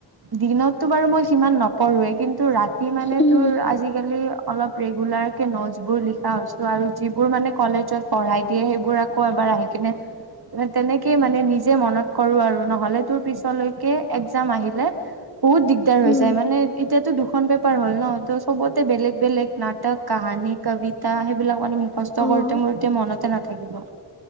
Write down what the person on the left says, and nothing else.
উম
উম
অ